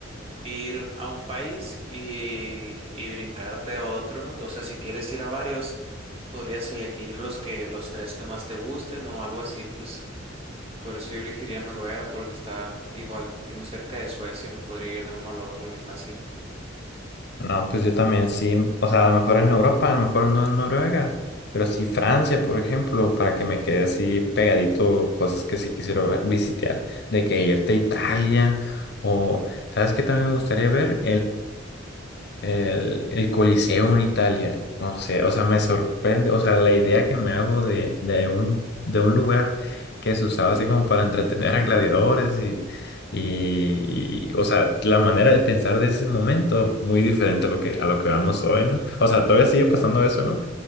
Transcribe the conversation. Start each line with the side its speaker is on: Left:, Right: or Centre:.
Right: ir a un país y, y brincarte a otro, ¿no? O sea, si quieres ir a varios, podrías elegir los que, los tres que más te gusten o algo así, pues Por eso yo elegiría Noruega porque está igual muy cerca de Suecia, me podría ir de uno al otro muy fácil.
Left: No, pues yo también sí, o sea, a lo mejor en Europa, a lo mejor no en Noruega, pero sí Francia, por ejemplo, para que me quede así pegadito cosas que sí quisiera ver- visitar, de que irte a Italia o, ¿sabes qué también me gustaría ver? el, el Coliseo en Italia, no sé, o sea, me sorprende, o sea, la idea que me hago de, de un, de un lugar que se usaba así como para entretener a gladiadores y, y, y, o sea, la manera de pensar de ese momento, muy diferente a lo que, a lo que vamos hoy, ¿no? O sea, todavía sigue pasando eso, ¿no?